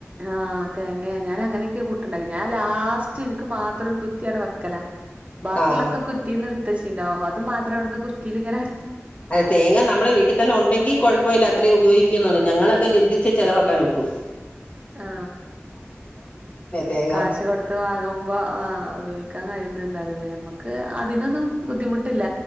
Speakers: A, on the right; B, on the left.
A: ആ- തേങ്ങയാ ഞാൻ അങ്ങനെയൊക്കെ പൂട്ടണ്ടാക്കി ഞാൻ ലാസ്റ്റ് എനിക്ക് മാത്രം ഒരു കുറ്റിവിടെ വെക്കല ബാക്കിയുള്ളൊക്കെ
B: ആഹ്
A: കുറ്റീന്ന് എടു- ശ്ശി ഉണ്ടാവും അത് മാ ത്ര അവിടന്ന് കുറ്റിൽ ഇങ്ങനെ-
B: അത് തേങ്ങ നമ്മളെ വീട്ടിൽ തന്നെ ഉണ്ടെങ്കിൽ കുഴപ്പമില്ല അത്രേ ഉപയോഗിക്കുന്ന്നള്ളൂ ഞങ്ങളൊക്കെ ലുദ്ധിച്ചെ ചിലവാക്ക ക്കാനൊക്കൂ-
A: ആ
B: തേങ്ങ
A: കാശ് കൊടുത്ത് വാങ്ങുമ്പോ ആ ഉപയോഗിക്കാൻ കഴിയുന്നുണ്ടാവില്ലല്ലേ നമുക്ക് അതിനൊന്നും ബുദ്ധിമുട്ടില്ല